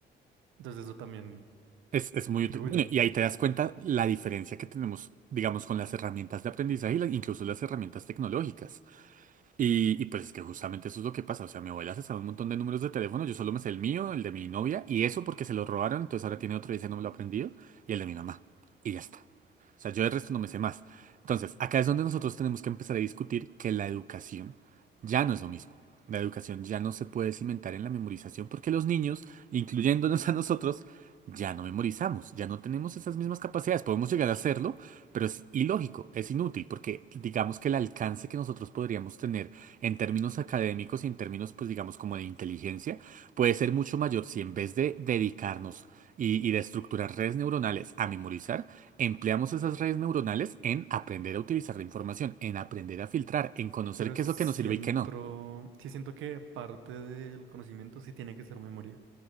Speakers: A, on the right (about 85°); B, on the right (about 40°).
A: entonces eso también
B: Es, es muy
A: contribuye,
B: útil. Bueno, y ahí te das cuenta la diferencia que tenemos, digamos, con las herramientas de aprendizaje y incluso las herramientas tecnológicas. Y, y pues es que justamente eso es lo que pasa. O sea, mi abuela se sabe un montón de números de teléfono. Yo solo me sé el mío, el de mi novia, y eso porque se lo robaron. Entonces ahora tiene otro y ese no me lo ha aprendido. Y el de mi mamá. Y ya está. O sea, yo el resto no me sé más. Entonces, acá es donde nosotros tenemos que empezar a discutir que la educación ya no es lo mismo. La educación ya no se puede cimentar en la memorización porque los niños, incluyéndonos a nosotros, ya no memorizamos, ya no tenemos esas mismas capacidades. Podemos llegar a hacerlo, pero es ilógico, es inútil, porque digamos que el alcance que nosotros podríamos tener en términos académicos y en términos, pues digamos, como de inteligencia, puede ser mucho mayor si en vez de dedicarnos y, y de estructurar redes neuronales a memorizar, empleamos esas redes neuronales en aprender a utilizar la información, en aprender a filtrar, en conocer
A: pero
B: qué
A: siento,
B: es lo que nos sirve y qué no.
A: sí siento que parte del conocimiento sí tiene que ser memoria,